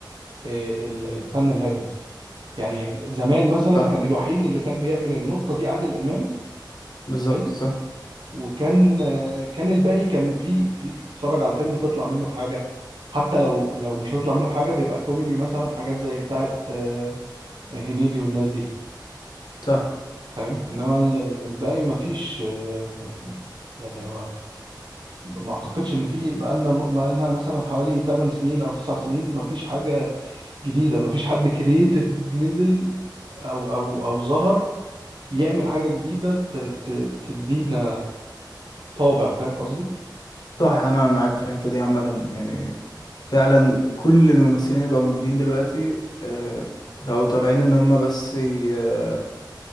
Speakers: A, on the right; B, on the left.
A: إيه ال- الفن الهادف يعني زمان مثلا
B: صح
A: كان الوحيد اللي كان بيعمل النقطة دي عادل إمام
B: بالظبط
A: حلو
B: صح
A: وكان آه، كان الباقي كان في في بتتفرج على فيلم تطلع منه بحاجة حتى لو لو مش هتطلع منه بحاجة بيبقى كوميدي مثلا حاجات زي بتاعة آه، هنيدي والناس دي
B: صح
A: فاهم إنما ال- ال- الباقي ما فيش آه، م- يعني ما اعتقدش ان في بقالنا بقالنا مثلا حوالي 8 سنين او 9 سنين ما فيش حاجه جديده ما فيش حد كرييتيف نزل او او او ظهر يعمل حاجه جديده ت- ت- تدينا طابع فاهم قصدي
B: صح انا معاك في الحتة دي عامة يعني فعلا كل الممثلين اللي بقوا موجودين دلوقتي آه، بقوا طالعين ان هم بس ي- آه،